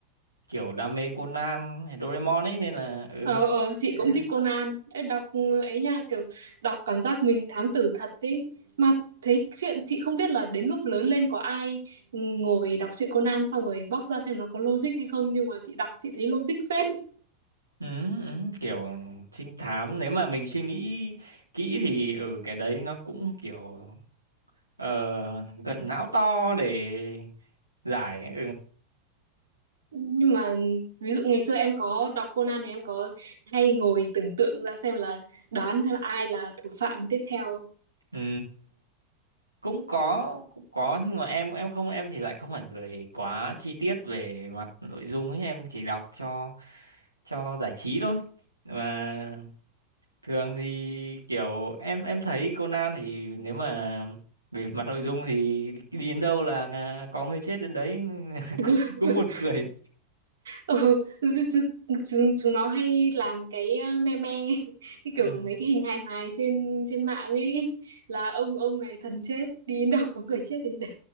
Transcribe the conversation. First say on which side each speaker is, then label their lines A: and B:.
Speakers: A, on the right; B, on the right.
A: kiểu đam mê Conan hay Doraemon ấy nên là ừ,
B: ờ, ờ, chị
A: em-
B: cũng thích Conan. Ê, đọc ấy nha, kiểu đọc cảm giác mình thám tử thật ấy. Mà thấy chuyện chị không biết là đến lúc lớn lên có ai ngồi đọc truyện Conan xong rồi bóc ra xem nó có logic hay không nhưng mà chị đọc chị thấy logic phết.
A: ừ, ừ, kiểu trinh thám nếu mà mình suy nghĩ kỹ thì ừ cái đấy nó cũng kiểu ờ, gật não to để giải
B: nhưng mà ví dụ ngày xưa em có đọc Conan thì em có hay ngồi tưởng tượng ra xem là đoán xem ai là thủ phạm tiếp theo
A: ừ. cũng có cũng có nhưng mà em em không em thì lại không phải người quá chi tiết về mặt nội dung ấy em chỉ đọc cho cho giải trí thôi mà thường thì kiểu em em thấy Conan thì nếu mà về mặt nội dung thì đi đi đến đâu là là có người chết đến đấy <laughs> nên là cũng,
B: <laughs>
A: cũng buồn cười
B: ừ, chúng, chúng nó hay làm cái ờ, me me <laughs> cái
A: ừ.
B: kiểu mấy cái hình hài hài trên trên mạng ấy là ông ông này thần chết đi đến đâu có người chết đến đấy